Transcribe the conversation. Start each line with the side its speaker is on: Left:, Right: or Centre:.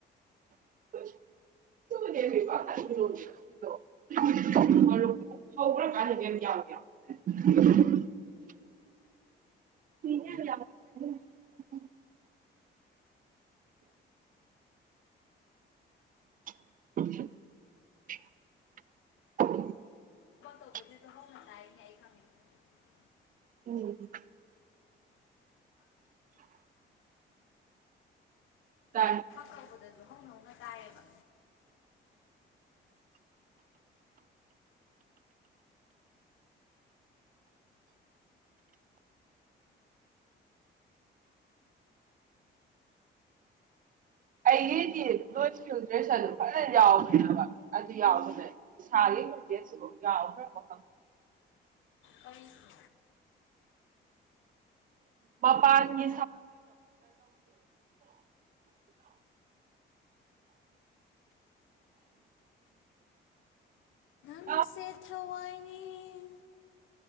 Right: <unintelligible> <unintelligible> <unintelligible>
Left: <unintelligible>
Right: ꯎꯝ꯫ ꯇ
Left: ꯇꯧꯕꯗꯁꯨ ꯍꯧꯅ - ꯍꯧꯅ ꯇꯥꯏꯌꯦꯕ꯫
Right: ꯑꯩꯒꯤꯗꯤ ꯂꯣꯏꯗ꯭ꯔꯦꯁ ꯑꯗꯨ ꯐꯖꯅ ꯌꯥꯎꯈ꯭ꯔꯦꯕ ꯑꯗꯨ ꯌꯥꯎꯕꯅꯦ ꯏꯁꯥꯒꯤ ꯈꯣꯖꯦꯁꯤꯐ ꯌꯥꯎꯈ꯭ꯔꯕ ꯈꯪ
Left: ꯑꯩꯁꯨ꯫
Right: ꯃꯄꯥꯟꯒꯤ
Left: ꯑꯦꯊꯋꯥꯏꯅꯤ
Right: <unintelligible>